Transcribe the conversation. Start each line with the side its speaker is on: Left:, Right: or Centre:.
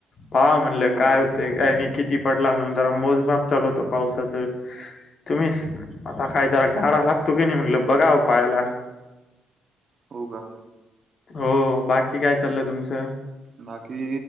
Left: पा म्हणलं
Right: हो
Left: काय
Right: का
Left: होतय. टायमिंग किती पडला म्हणून जरा मोजमात चालू होत पावसाचं तुम्ही आता काय जरा गारा लागतो की नाही म्हटलं बघाव पायाला
Right: हो ग
Left: हो बाकी काय चालय तुमचं
Right: बाकी